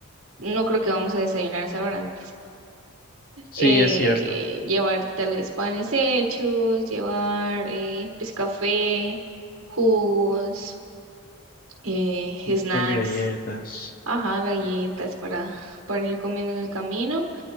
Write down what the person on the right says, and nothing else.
no creo que vamos a desayunar a esa hora.
Eh,
llevar tal vez panes hechos, llevar eh, pues café, jugos, eh,
snacks,
ajá, galletas para, para ir comiendo en el camino.